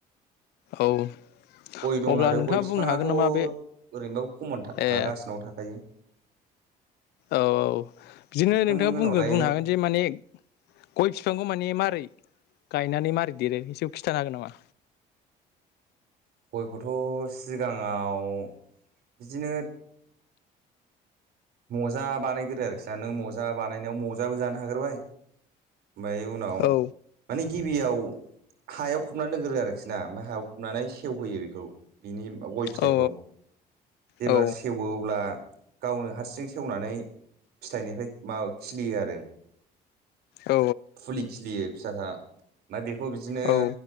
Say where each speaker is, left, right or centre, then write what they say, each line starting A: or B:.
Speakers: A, on the left; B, on the right.
A: औ
B: गय दं
A: अब्ला
B: आरो
A: नोंथाङा
B: गय फिफाङाथ'
A: बुंनो हागोन
B: ओरैनोबाबो
A: नामा बे
B: खमन था
A: ए
B: खा गासिनावबो थाखायो।
A: औ औ बिदिनो
B: नोंथांमोननावलाय
A: नोंथाङा बुंगोन बुंनो हागोन जे माने गय फिफां खौ माने मारै गायनानै मारै देरो एसे खिथानो हागोन नामा?
B: गयखौथ सिगाङाव बिदिनो मजा बानायग्रो आरोखि ना नों मजा बानायनायाव मजाबो जानो हाग्रोबाय ओमफाय उनाव
A: औ
B: मानि गिबियाव हायाव फबना दोनग्रो आरोखि ना ओमफ्राय हायाव फबनानै सेवहोयो बेखौ बिनि गय फिथाइखौ
A: औ
B: जेब्ला
A: औ
B: सेवो अब्ला गावनो हा सेवनानै फिथाइनिफ्राय माबा खिलियो आरो
A: औ
B: फुलि खिलियो फिसासा ओमफ्राय बेखौ बिदिनो
A: औ